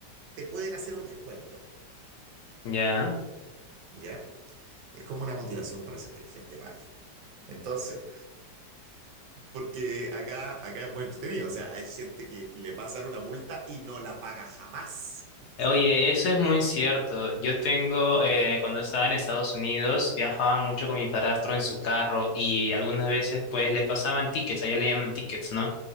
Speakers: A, on the right; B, on the left.
A: te pueden hacer un descuento,
B: Ya.
A: ¿ya? Es como una motivación para hacer que la gente pague. Entonces, Porque acá, acá es muy entretenido. O sea, hay gente que le pasan una multa y no la paga jamás. <laughs> O
B: Oye,
A: sea,
B: eso es muy cierto. Yo tengo, eh, cuando estaba en Estados Unidos, viajaba mucho con mi padrastro en su carro y algunas veces pues le pasaban tickets, allá le llaman tickets, ¿no?